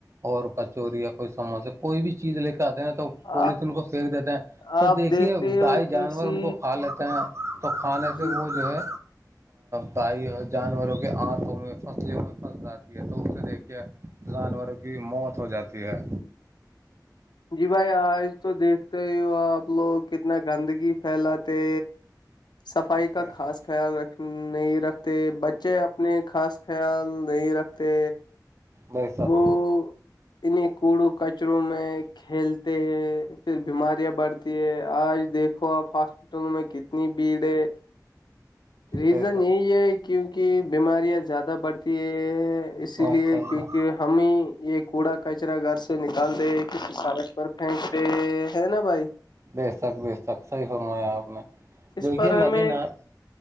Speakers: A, on the right; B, on the left.
A: اور کچوری یا کوئی س کوئی بھی چیز لے کے آتے ہیں تو
B: آ
A: پولیتن کو پھینک دیتے ہیں تو
B: آپ
A: دیکھیے
B: دیکھتے ہی ہو
A: گائے جانور
B: کسی
A: ان کو کھا لیتے ہیں تو کھانے
B: جی
A: سے وہ جو ہے بائی جانوروں کے آنتوں میں فصلوں میں پھنس جاتی ہے تو اسے دیکھ کے جانور کی موت ہو جاتی ہے
B: جی بھائی آج تو دیکھتے ہی ہو آپ لوگ کتنا گندگی پھیلاتے صفائی
A: اچھا
B: کا خاص خیال رکھ نہیں رکھتے بچے اپنے خاص خیال نہیں رکھتے
A: نہیں سب
B: وہ انہیں کوڑو کچروں میں کھیلتے ہیں پھر بیماریاں بڑھتی ہے آج دیکھو آپ ہاس تو میں کتنی بھیڑ ہے ریزن
A: بے شک
B: یہی ہے کیونکہ بیماریاں زیادہ بڑھتی اسی
A: ماشاء
B: لیے
A: اللہ
B: کیونکہ ہمیں یہ کوڑا کچرا گھر سے نکالتے کسی سڑک پر پھینکتے ہیں نا بھائی
A: بے تک بے تک صحیح فرمایا آپ نے
B: اس
A: دیکھی
B: پر
A: ندی
B: ہمیں
A: نات